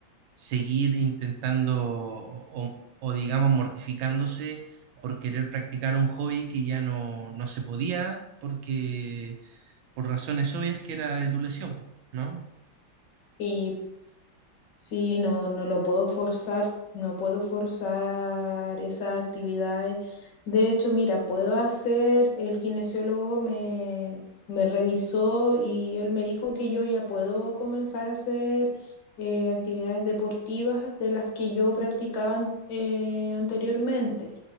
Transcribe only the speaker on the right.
seguir intentando o, o- o, digamos, mortificándose por querer practicar un hobby que ya no, no se podía porque por razones obvias que era de tu lesión, ¿no?